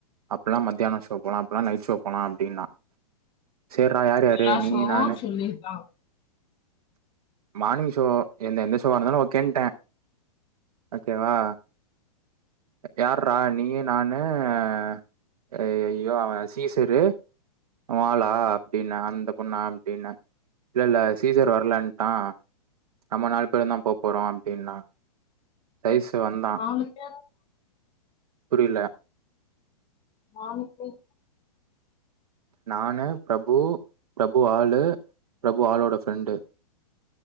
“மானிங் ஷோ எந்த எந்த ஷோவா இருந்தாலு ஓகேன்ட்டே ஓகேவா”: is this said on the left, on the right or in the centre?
Right